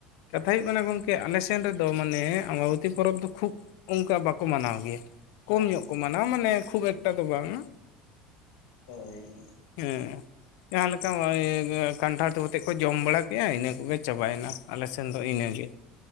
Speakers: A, on the left; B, on the left.
A: ᱠᱟᱛᱷᱟ
B: ᱦᱳᱭ
A: ᱦᱩᱭᱩᱜ ᱠᱟᱱᱟ ᱜᱚᱝᱠᱮ ᱟᱞᱮ ᱥᱮᱱ ᱨᱮᱫᱚ ᱢᱟᱱᱮ ᱟᱢᱵᱟᱵᱚᱛᱤ ᱯᱚᱨᱚᱵᱽ ᱫᱚ ᱠᱷᱩᱵ ᱚᱝᱠᱟ ᱵᱟᱠᱚ ᱢᱟᱱᱟᱣ ᱜᱮᱭᱟ, ᱠᱚᱢ
B: ᱟᱪᱪᱷᱟ
A: ᱧᱚᱜ ᱠᱚ ᱢᱟᱱᱟ ᱣ ᱢᱟᱱᱮ ᱠᱷᱩᱵ ᱮᱠᱴᱟ ᱫᱚ ᱵᱟᱝᱟ᱾
B: ᱦᱳᱭ᱾
A: ᱦᱮᱸ, ᱡᱟᱦᱟᱸ ᱞᱮᱠᱟ <inaudible> ᱠᱟᱱᱴᱷᱟᱲ ᱛᱩᱜ ᱠᱟᱛᱮᱫ ᱠᱚ ᱡᱚᱢ ᱵᱟᱲᱟ ᱠᱮᱜᱼᱟ ᱤᱱᱟᱹ ᱠᱚᱜᱮ ᱪᱟᱵᱟᱭᱮᱱᱟ, ᱟᱞᱮ ᱥᱮᱱ ᱫᱚ ᱤᱱᱟᱹ ᱜᱮ,